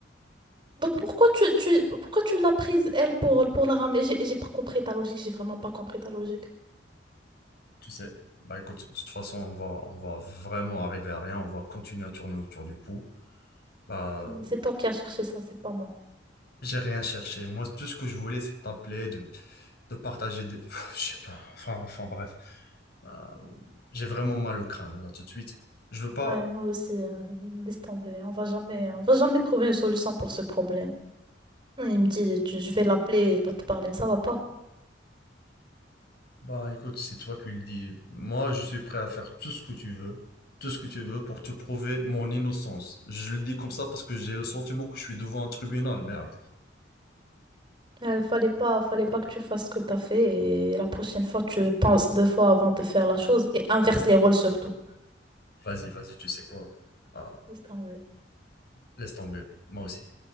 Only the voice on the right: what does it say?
Donc pourquoi tu, tu, pourquoi tu l'as prise, elle, pour, pour la ramener? J'ai j'ai pas compris ta logique, j'ai vraiment pas compris ta logique.
Mm, C'est toi qui as cherché ça, c'est pas moi.
Ouais, moi aussi, euh, laisse tomber. On va jamais, on va jamais trouver une solution pour ce problème. Il me dit, tu- je vais l'appeler, il va te parler, mais ça va pas.
Il fallait pas, fallait pas que tu fasses ce que t'as fait et la prochaine fois, tu penses deux fois avant de faire la chose et inverse les rôles surtout.
Laisse tomber.